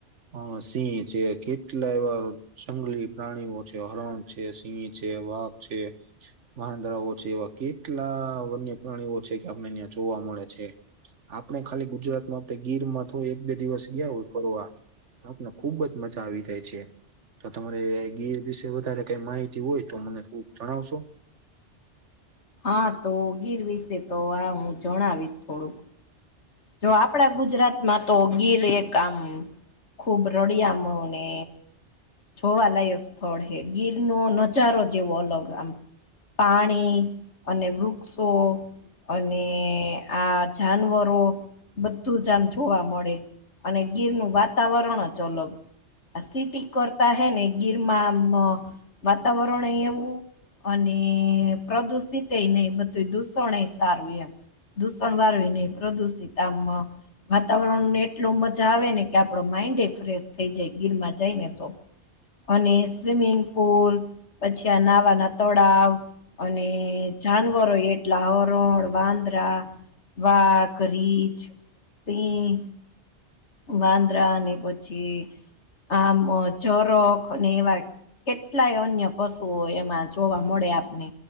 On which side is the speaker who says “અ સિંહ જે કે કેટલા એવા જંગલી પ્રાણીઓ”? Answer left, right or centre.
Right